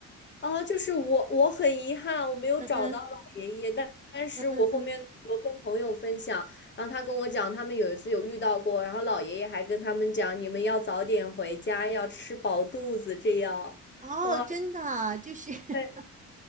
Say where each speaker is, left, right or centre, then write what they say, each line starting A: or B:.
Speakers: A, on the left; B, on the right.
A: 啊，就是我，我很遗憾，我没有找到老爷爷，
B: 嗯嗯
A: 但但是我后面的时候跟朋友分享，
B: 嗯嗯嗯。
A: 然后他跟我讲，他们有一次有遇到过，然后老爷爷还跟他们讲，你们要早点回家，要吃饱肚子，这样，
B: 哦，
A: 哇，
B: 真的啊就是，<laughs>
A: 塞，